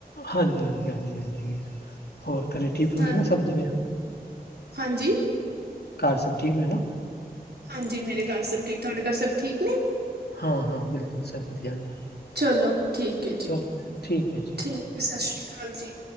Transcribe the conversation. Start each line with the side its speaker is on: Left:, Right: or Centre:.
Left: ਹਾਂਜੀ- ਹਾਂਜੀ, ਹਾਂਜੀ- ਹਾਂਜੀ ਹੋਰ ਘਰੇ
Right: ਹਾਂ
Left: <unintelligible>
Right: ਹਾਂਜੀ?
Left: ਘਰ, ਸਭ ਠੀਕ ਨੇ ਨਾ?
Right: ਹਾਂਜੀ, ਮੇਰੇ ਘਰ ਸਭ ਠੀਕ- ਠਾਕ, ਤੁਹਾਡੇ ਘਰ ਸਭ ਠੀਕ ਨੇ?
Left: ਹਾਂ-ਹਾਂ, ਬਿਲਕੁਲ ਸਭ ਵਧੀਆ ਨੇ।
Right: ਚਲੋ ਠੀਕ ਏ
Left: ਚਲੋ
Right: ਜੀ,
Left: ਠੀਕ ਹੈ ਜੀ
Right: ਠੀਕ ਸਤਿ ਸ਼੍ਰੀ ਅਕਾਲ ਜੀ